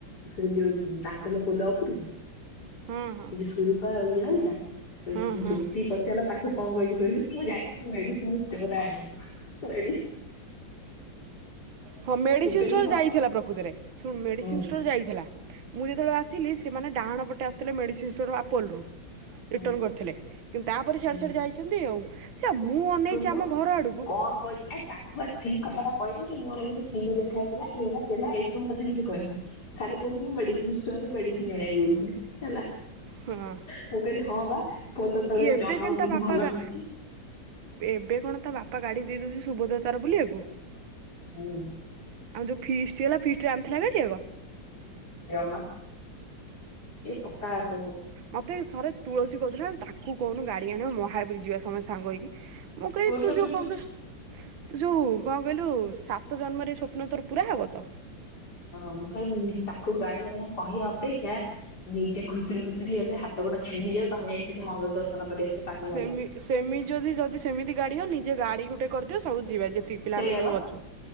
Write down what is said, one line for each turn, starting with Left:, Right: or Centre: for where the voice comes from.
Left: ସେଇ ଯୋଉ ତାତଲ ପୋଲ ଉପରକୁ।
Right: ହଁ ହଁ
Left: ଇ ଜୋଉ ସୁରପା ଆଉ ଇଏ ହରିକା। ଇ
Right: ହଁ ହଁ।
Left: ଜ୍ୟୋତି ପଚାରିଲା ତାକୁ କଣ କହିଛି କହିଲୁ ମୁଁ ଯାଇଥିଲି ମେଡିସିନ ଷ୍ଟୋର ଆଣିବାକୁ ମେ
Right: ହଁ ମେଡିସିନ
Left: ମୁଁ କହିଲି
Right: ଷ୍ଟୋର
Left: ହଁ
Right: ଯାଇଥିଲା ପ୍ରକୃତରେ ଶୁଣ ମେଡିସିନ
Left: ହୁଁ
Right: ଷ୍ଟୋର ଯାଇଥିଲା। ମୁଁ ଯେତେବେଳେ ଆସିଲି ସେମାନେ ଡାହାଣ ପଟେ ଆସୁଥିଲେ ମେଡ଼ିସିନ ଷ୍ଟୋର ଆପୋଲ୍ ରୁ।
Left: ହୁଁ
Right: ରିଟର୍ଣ୍ଣ କରିଥିଲେ କିନ୍ତୁ ତାପରେ ସିଆଡ଼େ
Left: ହୁଁ
Right: ସିଆଡ଼େ ଯାଇଛନ୍ତି ଆଉ। ସେ ମୁଁ ଅନେଇଛି
Left: ଶୁଣୁନୁ
Right: ଆମ ଘର ଆଡକୁ
Left: କଣ କହିଛି ଆରେ ତାକୁ ବା ଠିକ କଥାଟା କହନି। କି ମୋର ଏମିତି ଚିନୁ ଦେଖା ହେଇଥିଲା ଇଏ ହେଲା ସେ ହେଲା ଏସବୁ କଥା କିଛି କହିନି। ଖାଲି କହୁଛି ମୁ ମେଡିସିନ ଷ୍ଟୋରୁ ମେଡିସିନ ଆଣିବାକୁ ଜାଇ ଥିଲି। ହେଲା
Right: ହଁ
Left: ମୁଁ କହିଲି ହଁ ବା। ପୋଲ ତଳେ
Right: ଏବେ
Left: ଜନ
Right: କେନତି
Left: ଔଷଧି
Right: ତା ପାପା
Left: ଭଲ
Right: ଗା
Left: ମିଳୁଛି
Right: ଏବେ କଣ ତା ବାପା ଗାଡି ଦେଇ ଦଉଛି ସୁଭଦ୍ରା ର ତାର ବୁଲିବାକୁ।
Left: ହୁଁ
Right: ଆଉ ଯୋଉ ଫିଷ୍ଟ ହେଲା ଫିଷ୍ଟ କୁ ଆଣି ଥିଲା ଗାଡି ଆଗ।
Left: ଜମା ସିଏ ପକ୍କା ଆସ।
Right: ମତେ ଥରେ ତୁଳସୀ କହୁଥିଲା ତାକୁ କହୁନୁ ଗାଡି ଆଣିବା ମହାବୀରୀ ଯିବା ସମସ୍ତେ ସାଙ୍ଗ ହେଇକି। ମୁଁ କଇଲି
Left: ଉଠୁ
Right: ତୁ
Left: ଉଠୁ
Right: ଯୋଉ
Left: ଉଠୁ
Right: କଣ
Left: ଉଠୁ
Right: କହିଲୁ
Left: ଉଠୁ।
Right: ତୁ ଯୋଉ କଣ କହିଲୁ। ସାତ ଜନ୍ମରେ ସ୍ୱପ୍ନ ତୋର ପୁରା ହବ ତ।
Left: ହଁ ମୁଁ କହିଲି ନି ତାକୁ ଗାଡି ଆଣିବା କହିବା ଅପେକ୍ଷା ନିଜେ ଘୁଷରି ଘୁଷରି ହେଲେ ହାତ। ତ ଗୋଟ ଛିଣ୍ଡିଯାଉ ତମେ ଯାଇକ ସେଠି ମହାବିର ଦର୍ଶନ। କରି ଆସିବ ତାଠୁ
Right: ସେମି
Left: ଭଲ।
Right: ସେମିତି ଯଦି ଯଦି ସେମିତି ଗାଡି ହନି ନିଜେ ଗାଡି ଗୁଟେ କରିଦିଅ ସବୁ ଯିବା। ଯେତିକି ପିଲା
Left: ସେଇଆ
Right: ଆମେ ଯୋଉ
Left: ବା
Right: ଅଛୁ।